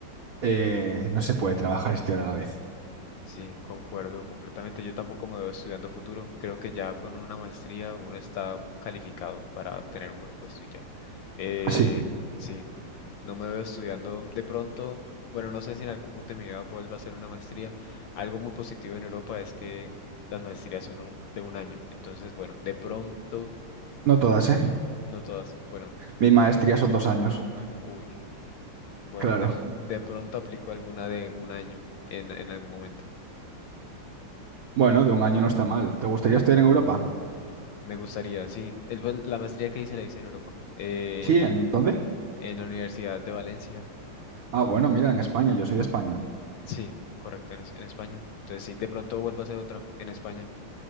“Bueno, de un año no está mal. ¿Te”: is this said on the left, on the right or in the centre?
Right